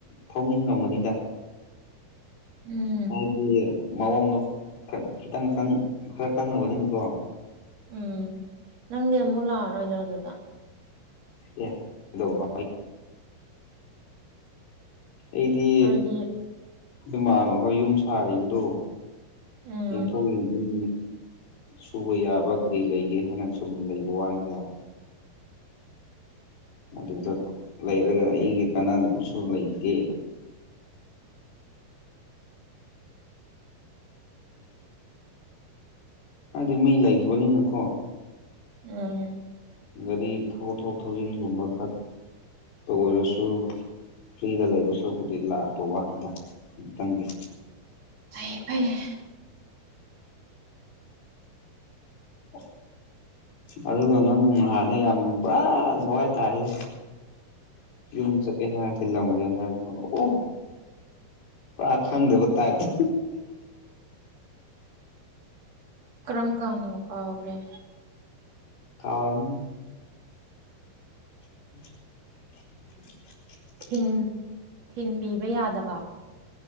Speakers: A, on the left (about 85°); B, on the right (about 40°).
A: ꯊꯧꯅꯤꯡꯉꯝꯒꯅꯤꯗ꯫
B: ꯎꯝ꯫
A: ꯍꯥꯏꯗꯤ ꯃꯑꯣꯡꯗꯣ ꯈꯤꯇꯪ ꯈꯔ ꯈꯪꯉꯕꯅꯤꯅꯀꯣ꯫
B: ꯎꯝ ꯅꯪꯗꯤ ꯑꯃꯨꯛ ꯂꯥꯛꯑꯔꯣꯏꯗ꯭ꯔꯣ ꯑꯗꯨꯗ꯫
A: ꯑꯦ ꯀꯩꯗꯧꯕ꯫ ꯑꯩꯗꯤ
B: ꯍꯥꯏꯗꯤ
A: ꯈꫭꯏ ꯃꯃꯥ ꯍꫭꯏ ꯌꯨꯝ ꯁꯥꯔꯤꯕꯗꯣ꯫
B: ꯎꯝ
A: ꯌꯦꯡꯊꯣꯡ ꯌ‌ꯦꯡꯖꯤꯟ꯫ ꯁꯨꯕ ꯌꯥꯕ ꯀꯔꯤ ꯂꯩꯒꯦ ꯍꯥꯏꯅ ꯁꯨꯝ ꯂꯩꯕ ꯋꯥꯅꯤꯗ꯫ ꯑꯗꯨꯗ ꯂꯩꯔꯒ ꯑꯩꯒꯤ ꯀꯥꯟꯅꯥꯅꯕꯁꯨ ꯂꯩꯇꯦ꯫ ꯍꯥꯏꯗꯤ ꯃꯤ ꯂꯩꯕꯅꯤꯅꯀꯣ꯫
B: ꯎꯝ꯫
A: ꯒꯥꯔꯤ ꯊꯧ ꯊꯣꯛ ꯊꯧꯖꯤꯟꯒꯨꯝꯕ ꯈꯛꯇ ꯑꯣꯏꯔꯁꯨ꯫ ꯐ꯭ꯔꯤꯗ ꯂꯩꯕꯁꯨꯕꯨꯗꯤ ꯂꯥꯛꯄ ꯋꯥꯅꯤꯗ ꯇꯪꯒꯤ꯫
B: ꯐꯩꯌꯦ ꯐꯩꯌꯦ꯫
A: ꯑꯣ꯫ ꯑꯗꯨꯒ ꯅꯪ ꯅꯍꯥꯟꯅ ꯌꯥꯝ ꯄꯨꯔꯥ ꯂꯋꯥꯏ ꯇꯥꯏꯍ‌ꯦ꯫ ꯌꯝ ꯆꯠꯀꯦ ꯍꯥꯏ ꯊꯤꯂꯝꯒꯦ ꯍꯥꯏꯔꯁꯨ ꯑꯣ꯫ ꯄꯨꯔꯥ ꯈꯪꯗꯕ ꯇꯥꯞꯇ꯫
B: ꯀ꯭ꯔꯝ ꯀꯥꯟꯅꫭ ꯀꯥꯎꯒ꯭ꯔ‌ꯦ꯫
A: ꯀꯥꯎꯔꯝꯃꯅꯤ꯫ <inaudible>
B: ꯊꯤꯟ ꯊꯤꯟꯕꯤꯕ ꯌꯥꯗꯕ꯫